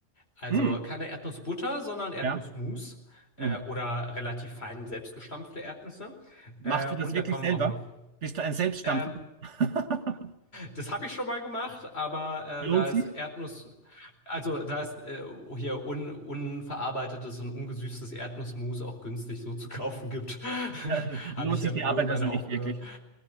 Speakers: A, on the left; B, on the right.
A: Also
B: Mhm.
A: keine Erdnussbutter, sondern Erdnussmus
B: Ja.
A: äh,
B: Mhm.
A: oder relativ fein selbstgestampfte Erdnüsse.
B: Machst
A: Äh,
B: du
A: und
B: das wirklich
A: da kommen
B: selber?
A: auch noch.
B: Bist du ein Selbststampfer?
A: Ähm,
B: <laughs>
A: das habe ich schon mal gemacht, aber äh,
B: Lohnt
A: da
B: sich?
A: ist Erdnuss, also da ist äh, hier un, unverarbeitetes und ungesüßtes Erdnussmus auch günstig so zu kaufen gibt, <laughs>
B: <laughs>
A: habe
B: Lohnt
A: ich
B: sich
A: damit
B: die Arbeit
A: irgendwann
B: also
A: aufgehört.
B: nicht wirklich.
A: <laughs>